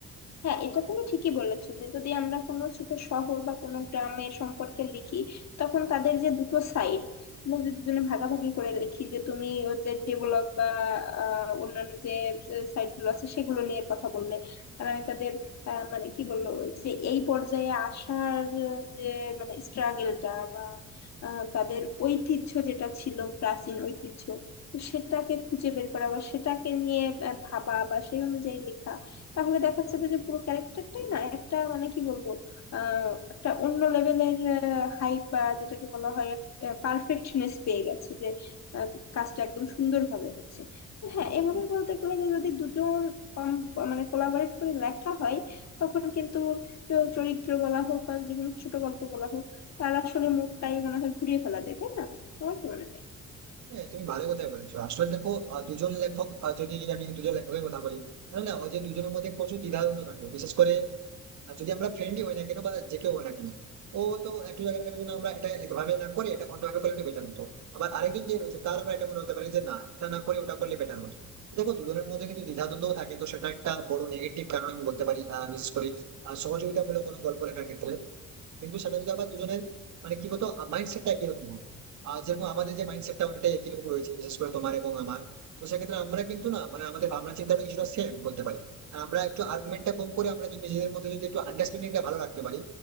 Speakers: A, on the left; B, on the right.
A: হ্যাঁ এটা তুমি ঠিকই বলেছো যে যদি আমরা কোনো ছোট শহর বা কোনো গ্রামের সম্পর্কে লিখি তখন তাদের যে দুটো সাইড আমরা যদি দুজনে ভাগাভাগি করে লিখি যে তুমি ওদের ডেভেলপ বা আহ, অন্যান্য যে সাইট গুলো আছে সেগুলো নিয়ে কথা বললে আর আমি তাদের আহ, মানে কি বললো যে এই পর্যায়ে আসার আহ, যে মানে স্ট্রাগেলটা বা আহ, তাদের ঐতিহ্য যেটা ছিল প্রাচীন ঐতিহ্য তো সেটাকে খুঁজে বের করা বা সেটাকে নিয়ে আহ, ভাবা বা সেই অনুযায়ী লেখা তাহলে দেখা যাবে যে পুরো ক্যারেক্টারটাই না একটা মানে কি বলবো আহ একটা অন্য লেভেলের হাইপ বা যেটাকে বলা হয় পারফেকশনেস পেয়ে গেছে যে আহ, কাজটা একদম সুন্দরভাবে হচ্ছে তো হ্যাঁ এভাবে বলতে গেলে যে যদি দুজন কম- মানে কোলাবরেট করে লেখা হয় তখন কিন্তু চ- চরিত্র বলা হোক বা যে কোনো ছোট গল্প বলা হোক তার আসলে মুডটাই মনে হয় ঘুরিয়ে ফেলা যায় তাই না তোমার কি মনে হয়
B: হ্যাঁ তুমি ভালো কথাই বলেছো আসলে দেখো আহ, দুজন লেখক আহ, যদি আমি দুজন লেখকের কথা বলি তাহলে না ওই যে দুজনের মধ্যে প্রচুর দ্বিধাদ্বন্দ্ব থাকবে বিশেষ করে আহ, যদি আমরা ফ্রেন্ডলি হই না কেন বা যে কেউ হই না কেন ও তো একটু জায়গায় থাকবে যে না, আমরা এটা একভাবে না করে এটা অন্যভাবে করলে একটু বেটার হতো আবার আরেকজন যে রয়েছে তার আবার এটা মনে হতে পারে যে না এটা না করে ওটা করলে বেটার হতো তো দেখো দুজনের মধ্যে কিন্তু দ্বিধাদ্বন্দ্ব থাকে তো সেটা একটা বড় নেগেটিভ কারণ আমি বলতে পারি আহ, বিশেষ করে আহ, সহযোগিতামূলক কোনো গল্প লেখার ক্ষেত্রে কিন্তু সেটা যদি আবার দুজনের মানে কি বলতো মাইন্ডসেটটা একই রকম হয় আহ যেরকম আমাদের যে মাইন্ডসেটটা অনেকটাই একই রকম রয়েছে বিশেষ করে তোমার এবং আমার তো সেক্ষেত্রে আমরা কিন্তু না মানে আমাদের ভাবনা চিন্তাটা কিছুটা সেম বলতে পারি আর আমরা একটু আর্গুমেন্টটা কম করে আমরা যদি নিজেদের মধ্যে যদি একটু আন্ডারস্ট্যান্ডিংটা ভালো রাখতে পারি